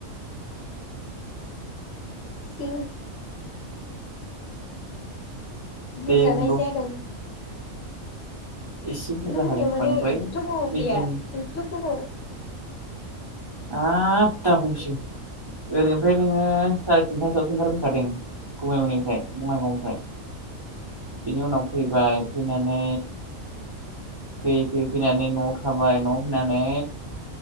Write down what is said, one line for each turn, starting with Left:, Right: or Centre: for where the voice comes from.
Left: सि बुरजाना
Right: दे बुंद'
Left: एसे हादों?
Right: एसे। बुरजा
Left: नों मोनायाव
Right: हादों
Left: मानो
Right: बांद्राय
Left: एथथ' गोबाव
Right: मिडियाम
Left: फैया एथथ' गोबाव
Right: हाब दाबुंसै। ओरैनिफ्राय नोङो साराय थिनथासोआवसो ओंखारबोखादों गुमैमोननिफ्राय बङाइगावनिफ्राय। बिनि उनाव फैबाय फैनानै फैयै फैयै फैनानै न'आव थाबाय न'आव थानानै